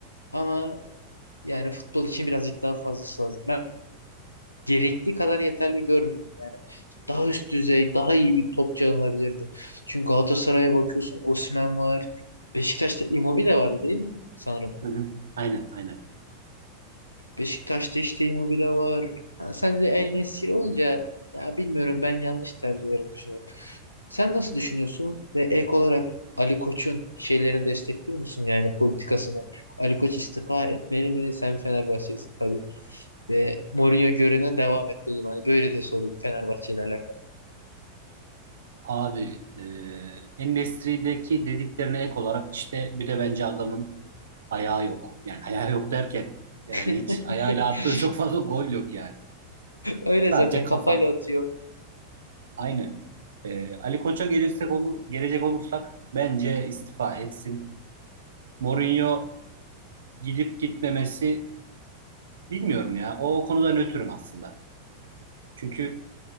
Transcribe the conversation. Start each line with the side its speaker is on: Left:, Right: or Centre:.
Left: ama yani futbol için birazcık daha fazlası lazım gerekli kadar yeterli görmüyorum yani. Daha üst düzey, daha iyi bir topçu alınabilirdi. Çünkü Galatasaray'a bakıyorsun Osimhen var. Beşiktaş'ta Immobile vardı değil mi? Sanırım.
Right: Hı hı. Aynen, aynen.
Left: Beşiktaş'ta işte Immobile var. Ha, sen de El Nesir olunca ya bilmiyorum ben yanlış tercih olarak düşünüyorum. Sen nasıl düşünüyorsun ve ek olarak Ali Koç'un şeylerini destekliyor musun yani politikasını? Ali Koç istifa etmeli mi? Sen Fenerbahçelisin tabii. Ve Mourinho görevine devam et dedim. Hani böyle de sorayım Fenerbahçe ile alakalı.
Right: Abi, e, En-Nesyri'deki dediklerine ek olarak işte bir de bence adamın ayağı yok. Yani ayağı yok derken yani
Left: <laughs>
Right: hiç ayağıyla attığı çok fazla gol yok yani.
Left: Öyle
Right: Sadece
Left: zaten
Right: kafa.
Left: kafayla atıyor.
Right: Aynen. E, Ali Koç'a gelirsek olur, gelecek olursak bence istifa etsin. Mourinho gidip gitmemesi Bilmiyorum ya. O konuda nötrüm aslında. Çünkü